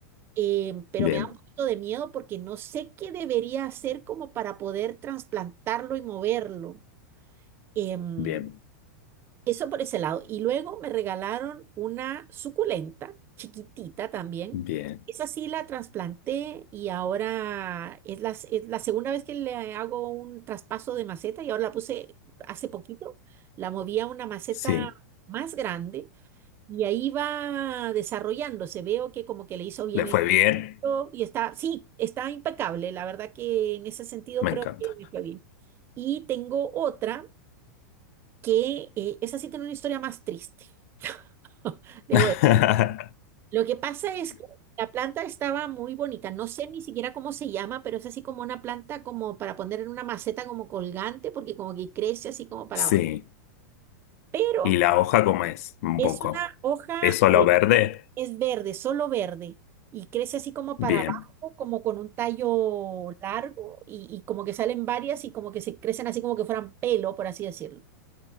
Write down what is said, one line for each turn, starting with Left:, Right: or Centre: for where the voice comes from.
Right: Eh, pero
Left: Bien,
Right: me da un poquito de miedo porque no sé qué debería hacer como para poder trasplantarlo y moverlo. Em,
Left: bien,
Right: Eso por ese lado. Y luego me regalaron una suculenta, chiquitita también.
Left: bien.
Right: Esa sí la trasplanté y ahora es la, s- es la segunda vez que le hago un traspaso de maceta y ahora la puse hace poquito. La moví a una maceta
Left: Sí,
Right: más grande y ahí va desarrollándose. Veo que como que le hizo bien
Left: le
Right: el
Left: fue bien,
Right: cuidado y está, sí, está impecable. La verdad que en ese sentido
Left: me
Right: creo
Left: encanta.
Right: que me fue bien. Y tengo otra que eh, esa sí tiene una historia más triste. <laughs> Debo
Left: <laughs>
Right: de- Lo que pasa es que la planta estaba muy bonita. No sé ni siquiera cómo se llama, pero es así como una planta como para poner en una maceta como colgante, porque como que crece así como para
Left: Sí,
Right: abajo. Pero
Left: y la hoja como es, un
Right: es
Left: poco.
Right: una hoja,
Left: ¿Es solo
Right: eh,
Left: verde?
Right: es verde, solo verde, y crece así como para
Left: Bien.
Right: abajo, como con un tallo largo, y, y como que salen varias y como que se crecen así como que fueran pelo, por así decirlo.